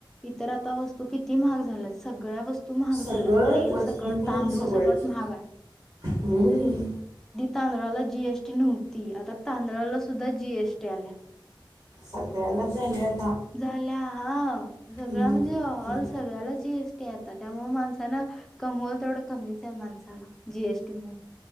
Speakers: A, in the centre; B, on the right.
A: इतर आता वस्तू किती महाग झाल्यात सगळ्या वस्तू तू महाग
B: सगळं
A: झाल्यात तेल
B: वस्तू
A: सकट,
B: पण
A: तांदूळ
B: सगळंच
A: सकट महाग आहे.
B: हम्म.
A: तांदळाला जीएसटी नव्हती, आता तांदळाला सुद्धा जीएसटी आल्या.
B: सगळ्याला झाले, आता
A: झाल्या हा सगळ
B: हम्म.
A: म्हणजे, ऑल
B: हम्म.
A: सगळ्याला जीएस येत आता त्यामुळे माणसान कमवलं तेवढं कमीच आहे माणसाला. जीएसटी म